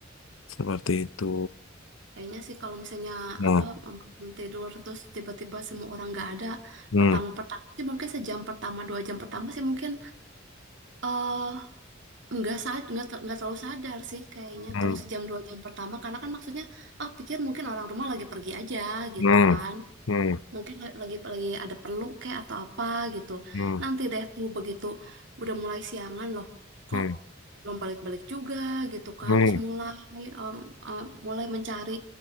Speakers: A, on the left; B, on the right.
A: Seperti itu.
B: Kayaknya sih kalau misalnya
A: Nah,
B: apa membangun tidur terus tiba-tiba semua orang nggak ada,
A: hmm,
B: pertama-pertama sih mungkin sejam pertama dua jam pertama sih mungkin eh, nggak sad nggak ter- nggak terlalu sadar sih kayaknya
A: hmm,
B: kalau sejam dua jam pertama karena kan maksudnya oh pikir mungkin orang rumah lagi pergi aja gitu
A: hmm,
B: kan
A: hmm,
B: mungkin la- lagi lagi ada perlu kayak atau apa gitu
A: hmm,
B: nanti deh tuh begitu udah mulai siangan loh kok
A: hmm,
B: belum balik-balik juga gitu kan
A: hmm.
B: terus mulai em, em, mulai mencari